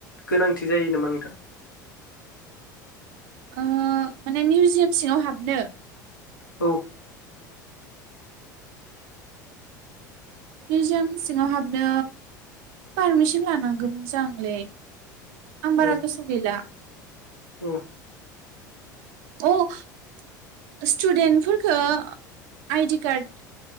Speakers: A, on the left; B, on the right.
A: गोनांथि जायो नामा नोंथां?
B: ओ माने मिउजियाम सिङाव हाबनो
A: औ
B: मिउजायाम सिङाव हाबनो पारमिसन लानांगौ मोन जांलै। आं
A: औ
B: बारा गोसोयाव गैला।
A: औ
B: अ स्टुडेन्टफोरखौ आइडि कार्ड